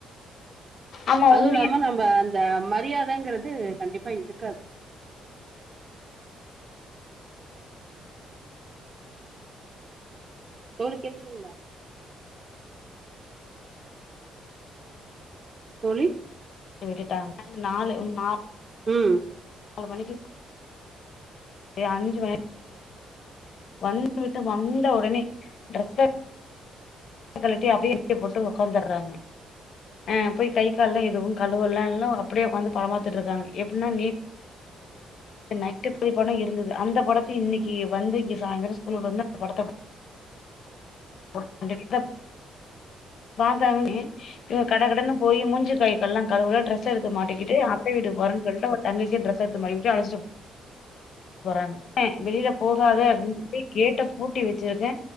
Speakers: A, on the left; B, on the right.
A: ஆமா
B: அதுவு
A: உண்மையா
B: இல்லாம நம்ம இந்த மரியாதங்கிறது கண்டிப்பா இங்க இருக்காது தோழி கேக்குதுங்களா தோழி
A: விட்டுட்டாங் நாலு நா
B: ம்
A: நாலு <unintelligible> மணிக்கு அஞ்சு மணி வந்து விட்டு வந்த உடனே டிரெஸ்ஸ கழட்டி அப்டியே <unintelligible> போட்டு உக்காந்தர்றாங்க ஆஹ் போய் கை கால் எல்லா எதுவும் கழுவல்லா இல்ல லாம் அப்டியே உக்காந்து படம்
B: ம்
A: பாத்துட்ருக்காங்க எப்டின்னா நீட் <unintelligible> இருந்தது அந்த படத்த இன்னைக் <unintelligible> வந்து இங்க
B: ம்
A: சாய்ந்தரோ ஸ்கூலு <unintelligible> படத்த பா <inaudible> பாத்தாங்கன்னே இவ கட கடன்னு போய் மூஞ்சி கை காலெல்லா கழுவுறா டிரெஸ் எடுத்து மாட்டிக்கிட்டு அத்த வீட்டுக்கு போறேன்னு சொல்ட்டு அவ தங்கச்சியும் டிரெஸ் எடுத்து மாட்டிட்டு அழைச்சிட்டு போறாங்க வெளியில போகாத அப்டின்னு சொல்லி கேட்ட பூட்டி வச்சிருக்கே